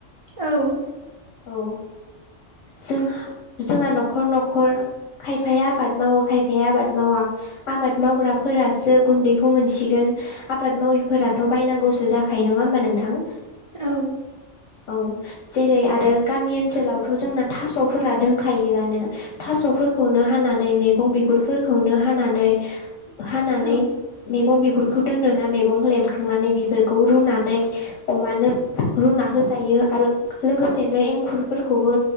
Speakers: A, on the right; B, on the left.
A: औ
B: औ जों जोंहा न'खर न'खर खायफाया आबाद मावो खायफाया आबाद मावा। आबाद मावग्राफोरासो गुन्दैखौ मोनसिगोन। आबाद माविफोराथ' बायनांगौसो जाखायो नंङा होमबा नोंथां।
A: औ
B: औ जेरै आरो गामि ओनसोलावथ' जोंना थास'फोरा दों। खायोआनो थास'फोरखौनो हानानै मैगं बिगुरफोरखौनो हानानै हानानै
A: औ
B: मैगं बिगुरखौ दोनोना मैगं लेमखांनानै बेफोरखौ रुनानै अमानो रुना होजायो आरो लोगोसेनो एंखुरफोरखौबो